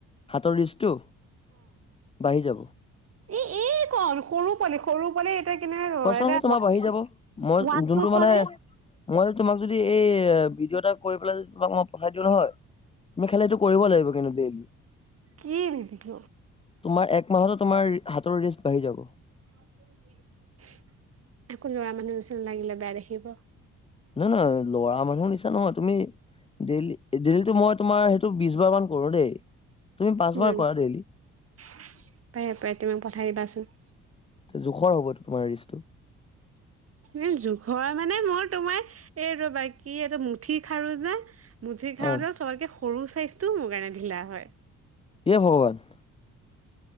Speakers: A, on the left; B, on the right.
A: হাতৰ ৰিচটো, বাঢ়ি যাব।
B: এ এইকন সৰু পোৱালি, সৰু পোৱালি তই কেনেকে কব
A: কচাম
B: পাৰা, এতিয়া
A: তোমাৰ
B: ৱাইটটো
A: বাঢ়ি যাব মই
B: ওৱাতটো
A: যোনটো
B: পোৱা
A: মানে
B: নে।
A: মই যদি তোমাক যদি, এই ভিডিঅ' এটা কৰি পেলাই যদি তোমাক মই পঠাই দিওঁ নহয়, তুমি খালি এইটো কৰিব লাগিব কিন্তু ডেইলি।
B: কি ভিডিঅ'।
A: তোমাৰ এক মাহতে তোমাৰ, হাতৰ ৰিষ্ট বাঢ়ি যাব।
B: অ' বোলো দি দিবা। আকৌ ল'ৰা মানুহ নিচিনা লাগিলে বেয়া দেখিব।
A: নহয় নহয়, ল'ৰা মানুহ নিচনা নহয়, তুমি ডেইলি, ডেইলিটো মই তোমাৰ সেইটো বিশ বাৰ মান কৰো দেই। তুমি পাঁচবাৰ
B: উম,
A: কৰা ডেইলি
B: পাৰে পাৰে, তুমি মোক পঠাই দিবাচোন।
A: জোখৰ হ'ব এইটো তোমাৰ ৰিষ্টটো।
B: এ জোখৰে মানে মোৰ তোমাৰ এইটো বাকী, এইটো মুঠি খাৰো যে- মুঠি খাৰু
A: আহ
B: চবতকৈ সৰু চাইজটোও মোৰ কাৰণে ঢিলা হয়।
A: হে ভগৱান।